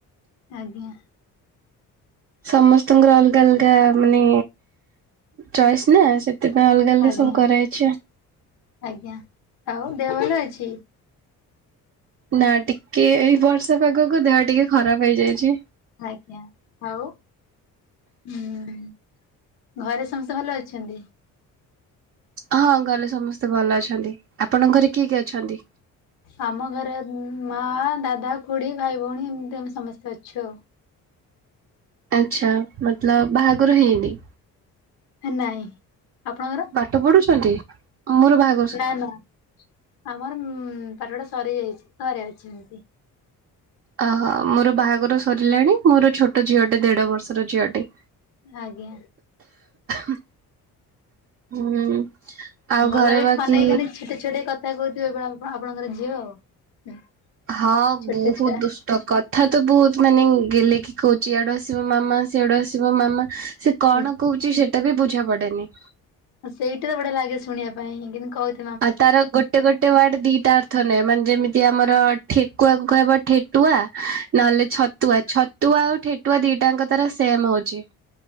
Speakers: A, on the left (about 80°); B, on the right (about 40°).
A: ଆଜ୍ଞା।
B: ସମସ୍ତଙ୍କର ଅଲଗା-ଅଲଗା ମାନେ ଚଏସ୍ ନା ସେ ସେଥିପାଇଁ ଅଲଗା-ଅଲଗା
A: ଆଜ୍ଞା
B: ସବୁ କରାହେଇଚି ଆଉ।
A: ଆଜ୍ଞା, ଆଉ ଦେହ ଭଲ ଅଛି?
B: ନାଁ ଟିକେ ଏଇ ବର୍ଷା ପାଗକୁ ଦେହ ଟିକେ ଖରାପ ହେଇଯାଇଚି।
A: ଆଜ୍ଞା, ଆଉ ହୁଁ, ଘରେ ସମସ୍ତେ ଭଲ ଅଛନ୍ତି?
B: ହଁ ଘରେ ସମସ୍ତେ ଭଲ ଅଛନ୍ତି, ଆପଣଙ୍କ ଘରେ କିଏ-କିଏ ଅଛନ୍ତି?
A: ଆମ ଘରେ ମା, ଦାଦା, ଖୁଡି, ଭାଇ, ଭଉଣୀ ଏମ୍ତି ଆମେ ସମସ୍ତେ ଅଛୁ ଆଉ।
B: ଆଚ୍ଛା, ମତଲବ୍ ବାହାଘର ହେଇନି?
A: ହେ ନାଇଁ, ଆପଣଙ୍କର?
B: ପାଠ ପଢୁଛନ୍ତି, ମୋର ବାହା
A: ନାଁ-ନାଁ ଆମର ଉଁ ପାଠପଢା ସରି ଯାଇଛି, ଘରେ ଅଛି ଏମ୍ତି।
B: ଓହୋ, ମୋର ବାହାଘର ସରିଲାଣି ମୋର ଛୋଟ ଝିଅଟେ ଦେଢ ବର୍ଷର ଝିଅଟେ।
A: ଆଜ୍ଞା।
B: ହୁଁ। ଆଉ
A: ଭଲ
B: ଘରେ
A: ବି
B: ବାକି
A: ଖନେଇ-ଖନେଇ ଛୋଟେଇ-ଛୋଟେଇ କଥା କହୁଥିବ ଏବେ ଆପଣଙ୍କର ଝିଅ ଆଉ।
B: ହଁ,
A: ଛୋଟ
B: ବହୁତ୍
A: ଛୁଆ
B: ଦୁସ୍ ଟ କଥା ତ ବହୁତ୍ ମାନେ ଗେହ୍ଲେଇ କି କହୁଚି, ଇଆଡୁ ଆସିବ ମାମା ସିଆଡୁ ଆସିବ ମାମା ସେ କଣ
A: ହୁଁ,
B: କହୁଚି ସେଟା ବି ବୁଝା ପଡେନି।
A: ସେଇାଟାରେ ବଢିଆ ଲାଗେ ଶୁଣିବା ପାଇଁ, କେନ୍ତି <unintelligible>
B: ଆଉ ତାର ଗୋଟେ-ଗୋଟେ ୱାର୍ଡ ଦିଟା <unintelligible> ମାନେ ଯେମିତି ଆମର ଠେକୁଆକୁ କହିବ ଠେଟୁଆ ନହେଲେ ଛତୁଆ ଛ ତୁଆ ଆଉ ଠେଟୁଆ ଦିଟାଙ୍କ ତାର ସେମ୍ ହଉଚି।